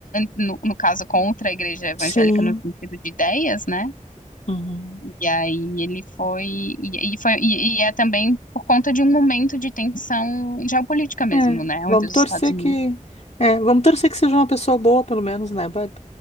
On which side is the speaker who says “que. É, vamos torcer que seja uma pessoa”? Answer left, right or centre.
Left